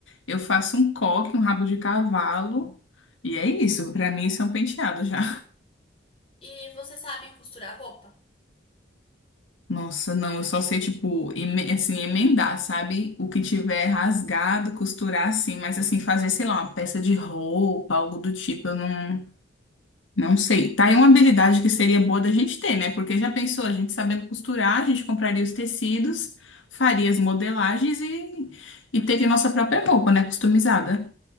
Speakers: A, on the left (about 80°); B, on the left (about 30°).
A: eu faço um coque, um rabo de cavalo, e é isso. Pra mim, isso é um penteado já.
B: E você sabe costurar roupa?
A: Nossa, não, eu só sei, tipo, eme- assim, emendar, sabe? O que tiver rasgado, costurar assim, mas assim, fazer, sei lá, uma peça de roupa, algo do tipo, eu não, não sei. Tá aí uma habilidade que seria boa da gente ter, né? Porque já pensou, a gente sabendo costurar, a gente compraria os tecidos, faria as modelagens e, e teria nossa própria roupa, né? Customizada.